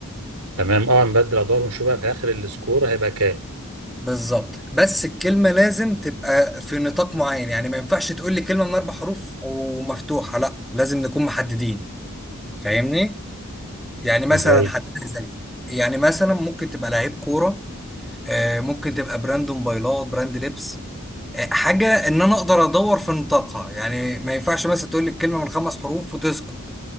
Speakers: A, on the right (about 85°); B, in the centre.
A: تمام أه نبدل أدوار ونشوف بقى في آخر السكور هيبقى كام
B: بالظبط بس الكلمه لازم تبقى في نطاق معين يعني ما ينفعش تقول لي كلمه من اربع حروف ومفتوحه لا لازم نكون محددين فاهمني يعني مثلا
A: إزاي
B: حددها زي يعني مثلا ممكن تبقى لعيب كوره آه، ممكن تبقى براند موبايلات براند لبس حاجة إن أنا أقدر أدور في نطاقها يعني ما ينفعش مثلا تقول لي الكلمة من خمس حروف وتسكت